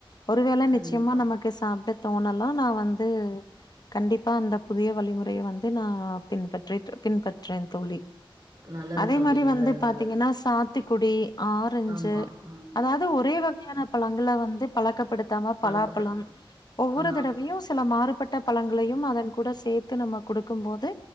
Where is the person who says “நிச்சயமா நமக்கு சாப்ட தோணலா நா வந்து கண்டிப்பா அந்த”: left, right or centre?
Left